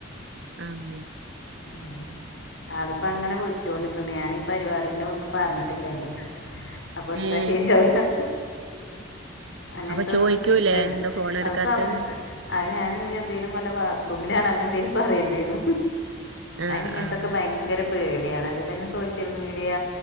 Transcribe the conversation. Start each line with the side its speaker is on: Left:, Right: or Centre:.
Right: ആഹ്
Left: ഉം ആളിപ്പേ അങ്ങനെ വിളിച്ചോണ്ട് ഇക്കണ്ട് ഞാന് ഈ പരിപാടിന്റെ ഒന്നും പറഞ്ഞിട്ടില്ല ആയിനോട് അപ്പെ ഇടുത്താല്
Right: ഏഹ്
Left: ശരിയാവൂല അങ്ങനത്തെ
Right: അപ്പൊ
Left: ഒന്നും
Right: ചോയിക്കൂലേ
Left: ഇഷ്ടല്ലാ
Right: എന്താ ഫോൺ
Left: അത്
Right: എടുക്കാത്തെ
Left: സമയ അഹ് ഞാന് ഈ എന്തേലും വല്ലാ ബാത്റൂമിലാണ് അങ്ങനെ എന്തേലും പറയേണ്ടിവരും
Right: ആഹ്
Left: അയിന് ഇങ്ങൻത്തൊക്കെ
Right: ആഹ്
Left: ബയങ്കര പേടിയാണ് അല്ലെ തന്നെ സോഷ്യൽ മീഡിയ